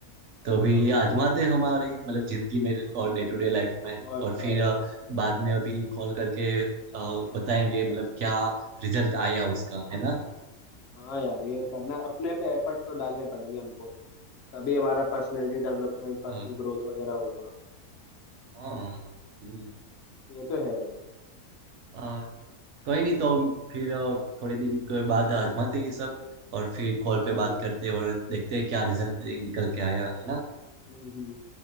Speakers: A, on the right (about 65°); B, on the left (about 50°).
A: तो
B: हाँ
A: अभी ये आजमाते हैं हमारी मतलब जिंदगी में और डे टू डे लाइफ में
B: और
A: और
B: क्या
A: फिर
B: भाई
A: अ, बाद में अभी कॉल करके अ, बताएंगे मतलब क्या रिजल्ट आया उसका है ना
B: हाँ यार ये करना अपने पे एफर्ट तो डालने पड़ेंगे हमको तभी हमारा पर्सनैलिटी डेवलपमेंट पर्सनल
A: अ,
B: ग्रोथ वगैरह होगा
A: हाँ हम्म,
B: ये तो है भाई
A: अ, कोई नहीं तो फिर अ, थोड़े दिन के बाद आजमाते हैं ये सब और फिर कॉल
B: हाँ
A: पे
B: बिल्कुल
A: बात करते हैं और देखते हैं क्या रिजल्ट निकल के आया है ना
B: हम्म हम्म